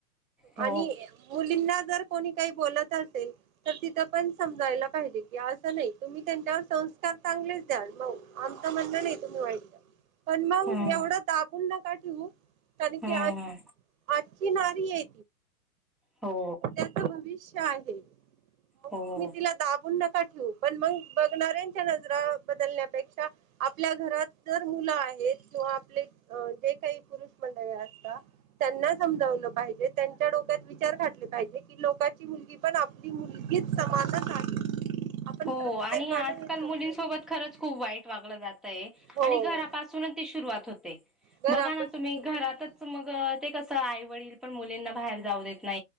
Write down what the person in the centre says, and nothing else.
हो
हम्म
हम्म
हो
हो
हो
आणि आजकाल
मुलींसोबत
खरंच खूप वाईट वागलं जातय
आणि घरापासूनच ती सुरुवात होते.
बघा ना तुम्ही
घरातच
मग- ते कसं आई वडील पण मुलींना बाहेर जाऊ देत-